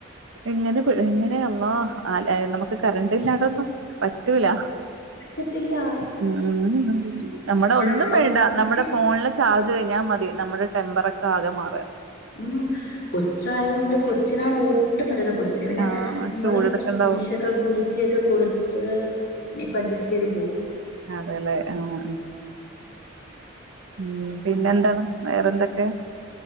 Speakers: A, on the right (about 85°); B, on the left (about 55°).
A: എങ്ങനെ എങ്ങനെയമ്മ ആ ല്ലേ നമുക്ക് കറണ്ട് ഇല്ലാതൊന്നും പറ്റൂല
B: പറ്റത്തില്ല
A: ഉം ഉം നമ്മടെ
B: ചൂടുവെള്ളം
A: ഒന്നും വേണ്ട നമ്മടെ ഫോണില് ചാർജ് കഴിഞ്ഞാമതി നമ്മടെ ടെമ്പറൊക്കെ ആകെ മാറേ
B: ഉം കൊച്ചായൊണ്ട് കൊച്ചിനാണ് ഊ ട്ടും പറ്റ കൊച്ചിന് പിന്നെ
A: ആ
B: നമ്മള്
A: ചൂടെടുക്കണ്ടാവും
B: വീശിയൊക്കെ കുലുക്കിയൊക്കെ കൊടുത്ത് ഇനി ഇപ്പോ അഡ്ജ ചെയ്ത് പോ
A: അതെല്ലേ ആ മ് മ് പിന്നെ എന്താണ് വേറെന്തൊക്കെ